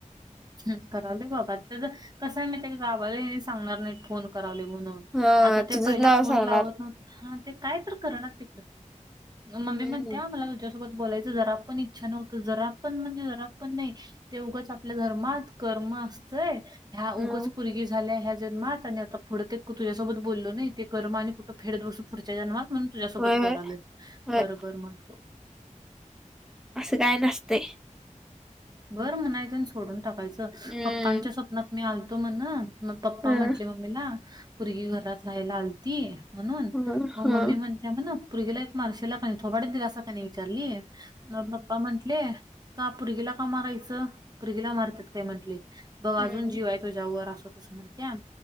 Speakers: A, on the right; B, in the centre.
A: ह करावले बाबा त्या कस आहे माहिते का गावाला हे सांगणार नाहीत फोन करावले म्हणूनन
B: हा
A: आता ते
B: तुझंच
A: पहिला
B: नाव
A: फोन
B: सांगणार
A: लावत नव्ह हा ते काय तर करणार तिकड म मम्मी
B: हम्म
A: म्हणतेया मला तुझ्याचकड तुझ्या सोबत बोलायच जरा पण इच्छा नव्हत जरा पण म्हणजे जरा पण नाही ते उगाच आपल आपल्या धर्मात कर्म असतय ह्या
B: हम्म
A: उगच पोरगी झाल्या ह्या जन्मात आणि आता पूढं ते तुझ्यासोबत बोललो ना ते कर्मा आणि कुठं फेडत बसु. पुढच्या जन्मात म्हणून तुझ्यासोबत
B: होय
A: बोलालोय
B: होय होय
A: बर बर म्हटलो.
B: असं काय नसतय.
A: बरं म्हणायच सोडून टाकायचं
B: हम्म
A: पप्पांच्या स्वप्नात मी आलतो म्हण मग पप्पा
B: हम्म
A: म्हंटले मम्मीला पोरगी घरात राहायला आलती. म्हणून
B: हम्म
A: मग
B: हम्म
A: मम्मी म्हणते म्हन पोरगीला एक मारशेला कानी थोबाडीत दिलासा का नाही विचारली. म पप्पा म्हंटले का पोरगीला का मारायचं पोरगीला मारतात काय म्हटले बघ
B: हम्म
A: अजून जीवाय तुझ्या वर असतस म्हणत्यात